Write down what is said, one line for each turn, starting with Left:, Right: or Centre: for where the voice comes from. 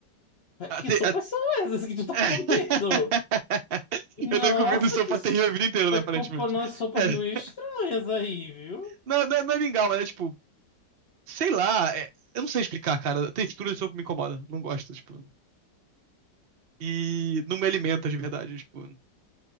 Left: É, Que
Right: Até,
Left: sopas são essas que tu tá
Right: <laughs>
Left: comendo? Nossa,
Right: Eu tô comendo sopa
Left: que s-
Right: terrível a vida inteira,
Left: tá
Right: né, aparentemente.
Left: comprando umas sopas
Right: É.
Left: meio estranhas aí, viu?
Right: Não, não, é- não é mingau, mas é tipo, sei lá, é- eu não sei explicar, cara. A textura de sopa me incomoda, não gosto, tipo. E não me alimenta de verdade, tipo.